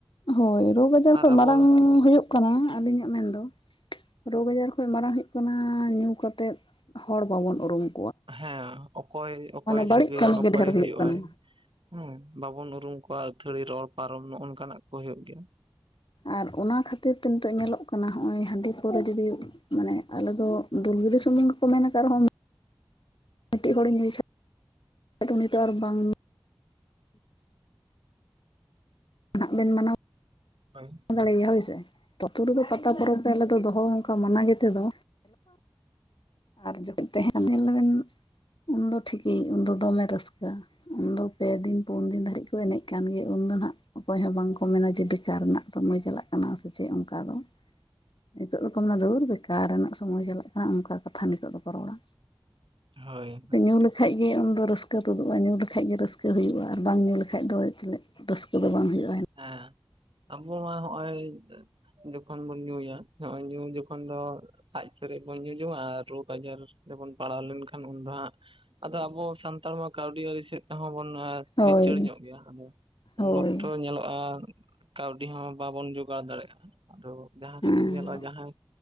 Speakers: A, on the left (about 70°); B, on the right (about 85°).
A: ᱦᱳᱭ ᱨᱳᱜᱽ ᱟᱡᱟᱨ
B: ᱟᱨ
A: ᱠᱷᱚᱱ
B: ᱟᱵᱚ
A: ᱢᱟᱨᱟᱝ ᱦᱩᱭᱩᱜ ᱠᱟᱱᱟ ᱟᱹᱞᱤᱧᱟᱜ ᱢᱮᱱ ᱫᱚ ᱨᱳᱜᱽ ᱟᱡᱟᱨ ᱠᱷᱚᱱ ᱢᱟᱲᱟᱝ ᱦᱩᱭᱩᱜ ᱠᱟᱱᱟ ᱧᱩ ᱠᱟᱛᱮᱫ ᱦᱚᱲ ᱵᱟᱵᱚᱱ ᱩᱨᱩᱢᱚ᱾
B: ᱦᱮᱸ ᱚᱠᱚᱭ ᱚᱠᱚᱭ
A: ᱵᱟᱹᱲᱤᱡ
B: ᱥᱟᱹᱜᱟᱹᱭᱟᱱ
A: ᱠᱟᱹᱢᱤ
B: ᱚᱠᱚᱭᱼᱮ
A: ᱜᱮ ᱰᱷᱮᱨ
B: ᱦᱩᱭᱩᱜ
A: ᱠᱟᱱᱟ
B: ᱟᱭ᱾ ᱦᱮᱸ ᱵᱟᱵᱚᱱ ᱩᱨᱩᱢ ᱠᱚᱣᱟ ᱟᱹᱛᱷᱟᱹᱲᱤ ᱨᱚᱲ ᱯᱟᱨᱚᱢ ᱱᱚᱝᱠᱟᱱᱟᱜ ᱠᱚ ᱦᱩᱭᱩᱜ ᱜᱮᱭᱟ᱾
A: ᱟᱨ ᱚᱱᱟ ᱠᱷᱟᱹᱛᱤᱨ ᱛᱮ ᱱᱤᱛᱚᱜ ᱧᱮᱞᱚᱜ ᱠᱟᱱᱟ ᱱᱚᱜᱼᱚᱭ ᱦᱟᱹᱰᱤ ᱯᱟᱹᱣᱨᱟᱹ ᱡᱩᱫᱤᱼᱼ ᱢᱟᱱᱮ ᱟᱞᱮ ᱫᱚ ᱫᱩᱞᱜᱤᱨᱤ ᱥᱩᱢᱩᱝ ᱜᱮᱠᱚ ᱢᱮ ᱟᱠᱟᱫ ᱨᱮᱦᱚᱸ ᱢᱤᱫᱴᱤᱡ ᱦᱚᱲᱤᱧ ᱧᱩᱭ ᱠᱮᱫ ᱩᱱᱤ ᱫᱚ ᱟᱨ ᱵᱟᱝᱼᱼ ᱱᱟᱦᱟᱜ ᱵᱮᱱ ᱢᱟᱱᱟᱣ
B: ᱦᱳᱭ
A: ᱫᱟᱲᱮᱭᱟᱜ ᱦᱳᱭᱥᱮ ᱟᱛᱳ ᱨᱮᱫᱚ ᱯᱟᱛᱟ ᱯᱚᱨᱚᱵᱽ ᱫᱚ ᱟᱞᱮ ᱫᱚᱦᱚ ᱚᱱᱠᱟ ᱢᱟᱱᱟ ᱜᱮ ᱛᱮᱫᱚ ᱟᱨ ᱡᱚᱫᱤ ᱛᱟᱦᱮᱸᱱᱟ ᱵᱮᱱ ᱩᱱᱫᱚ ᱴᱷᱤᱠ ᱜᱮ ᱩᱱᱫᱚ ᱫᱚᱢᱮ ᱨᱟᱹᱥᱠᱟᱹ ᱩᱱᱫᱚ ᱯᱮ ᱫᱤᱱ ᱯᱩᱱ ᱫᱤᱱ ᱫᱷᱟᱹᱨᱤᱡ ᱠᱚ ᱮᱱᱮᱡ ᱠᱟᱱᱜᱮ ᱩᱱᱫᱚ ᱦᱟᱜ ᱚᱠᱚᱭ ᱦᱚᱸ ᱵᱟᱝ ᱠᱚ ᱢᱮᱱᱟ ᱡᱮ ᱵᱮᱠᱟᱨ ᱨᱮᱱᱟᱜᱼᱼ ᱥᱚᱢᱚᱭ ᱪᱟᱞᱟᱜ ᱠᱟᱱᱟ ᱥᱮ ᱪᱮᱫ ᱚᱱᱠᱟ ᱫᱚ, ᱱᱤᱛᱳᱜ ᱫᱚᱠᱚ ᱢᱮᱱᱟ ᱫᱷᱩᱨ ᱵᱮᱠᱟᱨ ᱨᱮᱱᱟᱜ ᱥᱚᱢᱚᱭ ᱪᱟᱞᱟᱜ ᱠᱟᱱᱟ ᱚᱱᱠᱟ ᱠᱟᱛᱷᱟ ᱱᱤᱛᱳᱜ ᱫᱚᱠᱚ ᱨᱚᱲᱟ
B: ᱦᱳᱭ ᱦᱳᱭ
A: ᱧᱩ ᱞᱮᱠᱷᱟᱡ ᱜᱮ ᱩᱱᱫᱚ ᱨᱟᱹᱥᱠᱟᱹ ᱛᱩᱫᱩᱜ-ᱟ ᱧᱩ ᱞᱮᱠᱷᱟᱡ ᱜᱮ ᱨᱟᱹᱥᱠᱟᱹ ᱦᱩᱭᱩᱜ-ᱟ ᱟᱨ ᱵᱟᱝ ᱧᱩ ᱞᱮᱠᱷᱟᱡ ᱫᱚ ᱨᱟᱹᱥᱠᱟᱹ ᱫᱚ ᱵᱟᱝ ᱦᱩᱭᱩᱜ-ᱟ ᱦᱮᱸ
B: ᱦᱮᱸ ᱟᱵᱚ ᱢᱟ ᱦᱚᱜ-ᱚᱭ, ᱡᱚᱠᱷᱚᱱ ᱵᱚᱱ ᱧᱩᱭᱟ ᱱᱚᱜ-ᱚᱭ ᱧᱩ ᱡᱚᱠᱷᱚᱱ ᱫᱚ, ᱞᱟᱡ ᱯᱮᱨᱮᱡ ᱵᱚᱱ ᱧᱩ ᱡᱚᱢᱟ ᱟᱨ ᱨᱳᱜᱽ ᱟᱡᱟᱨ ᱛᱮᱵᱚᱱ ᱯᱟᱲᱟᱣ ᱞᱮᱱᱠᱷᱟᱱ ᱩᱱ ᱫᱚ ᱦᱟᱸᱜ ᱟᱫᱚ ᱟᱵᱚ ᱥᱟᱱᱛᱟᱲ ᱢᱟ ᱠᱟᱹᱣᱰᱤ ᱟᱹᱨᱤ ᱥᱮᱫ ᱛᱮᱦᱚᱸ ᱵᱚᱱ
A: ᱦᱳᱭ
B: ᱞᱤᱪᱟᱹᱲ ᱧᱚᱜ ᱜᱮᱭᱟ ᱟᱫᱚ
A: ᱦᱳᱭ
B: ᱩᱱ ᱚᱠᱛᱚ ᱧᱮᱞᱚᱜ-ᱟ ᱠᱟᱣᱰᱤ ᱦᱚᱸ ᱵᱟᱵᱚᱱ ᱡᱚᱜᱟᱲ ᱫᱟᱲᱮᱭᱟᱜ-ᱟ ᱟᱫᱚ ᱡᱟᱦᱟᱸ
A: ᱦᱮᱸ
B: ᱠᱷᱟᱹᱛᱤᱨ ᱧᱮᱞᱚᱜ-ᱟ ᱡᱟᱦᱟᱸᱭ,